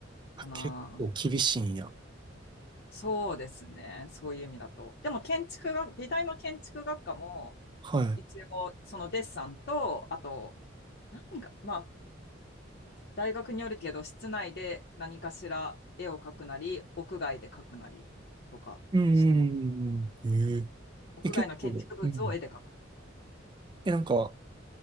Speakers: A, on the left; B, on the right.
A: かな。
B: あ、結構厳しいんや。
A: そうですね。そういう意味だと。でも建築学、美大の建築学科も、
B: はい
A: 一応、そのデッサンと、あと、何が、まあ、大学によるけど、室内で何かしら絵を描くなり、屋外で描くなりとかしてます。
B: うんうんうんうんええ、
A: 屋外の建築物を絵で描く。
B: え結構、うん。え、なんか、